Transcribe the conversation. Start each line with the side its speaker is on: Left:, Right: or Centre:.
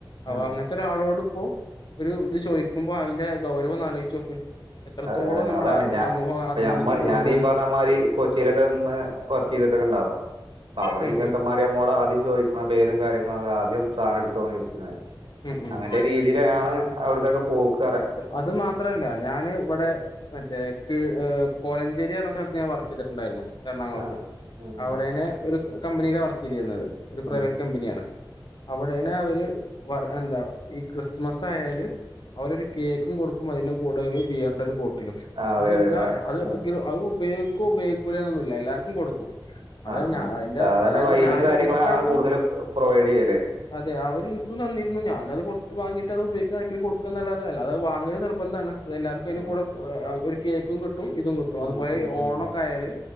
Left: അവ
Right: ആഹ്
Left: അങ്ങനെത്തെ ഒരാളോടിപ്പോ ഒരു ഇത് ചോദിക്കുമ്പോ, അയിന്റെ ഗൗരവം ഒന്നാലോജിച്ച് നോക്ക്. എത്രത്തോളം
Right: അതെ അതെ
Left: നമ്മളെ
Right: അതാണ് ഞാ
Left: സമൂഹം
Right: പ്പ
Left: അതമ്പതിച്ചു
Right: ഞമ്മ
Left: പോണുണ്ട്ന്ന്
Right: ഞാൻ ഈ പറഞ്ഞമാതിരി കൊച്ചിയിലൊക്കെ നിന്ന് വർക്ക് ചെയ്തിട്ടൊക്കൊണ്ടാവും അവെടെ
Left: ഉം
Right: ഈച്ചെക്കെമാര്
Left: ഉം
Right: നമോട് ആദ്യം ചോയ് ക്കുന്ന ആ പേരും കാര്യങ്ങളും. ആദ്യം സാനെടുക്കോ ചോയ്ച്ച് ന്നെ.
Left: ഉം ഉം
Right: അങ്ങെന്റെ രീ രിതിയിലാണ് അവിടത്തെക്കെ പോക്.
Left: അത് മാത്രമല്ല. ഞാന് ഇവെടെ മറ്റേ ക്ക് കോലഞ്ചേരിയെന്ന സ്ഥലത്ത് ഞാൻ വർക്ക് ചെയ്തിട്ടുണ്ടാരുന്നു. എറണാകൊളത്ത്.
Right: ആഹ് ഉം
Left: അവിടേനേ
Right: ഉം
Left: ഒരു കമ്പനിയിലാ വർക്ക് ചെയ്തിരുന്നത്. ഒരു പ്രൈവറ്റ്
Right: ഉം
Left: കമ്പനിയാണ്. അവിടെനെ അവെര് വർ എന്താ ഈ ക്രിസ്മസ് ആയാല്. അവരൊരു കേക്കു കൊടുക്കും അതിന്റെ കൂടൊരു ബിയറിന്റെരു ബോ ട്ടിലും
Right: ആഹ് അതെ
Left: അതെല്ലാ
Right: അതെ
Left: അത്
Right: ആഹ്
Left: അഹ് ഉപയോഗിക്കുവോ ഉപയോഗിക്കൂലൊന്നില്ല. എല്ലാവർക്കും കൊടുക്കും. അത
Right: ആഹ്
Left: ഞാ
Right: ആഹ്
Left: ന്റെ
Right: സാധാരണ
Left: അതായത്
Right: വൈനും
Left: ഞാന്
Right: കാര്യങ്ങളാണ്
Left: എനിക്കടക്കം.
Right: കൂടുതലും പ്രൊവൈഡ് ചെയ്യല്
Left: അതെ. അവെര് അത് എനിക്കും തന്നിരുന്നു. ഞാനത് പൊറത്ത് വാങ്ങിട്ട് അത് ഉപയോഗിക്കാനാർക്കേലും കൊടു ക്കുന്നല്ലതെ. അല്ലാതെ വാങ്ങല് നിർബന്ധമാണ്. അത് എല്ലാവർക്കും അയിന്റെ
Right: ആഹ്
Left: കൂടെ ഒരു കേക്കും കിട്ടും. ഇതും കിട്ടും.
Right: ഉം
Left: അതുപോലെ
Right: ഉം
Left: ഈ
Right: ഉം
Left: ഓണെക്കെയായാല്,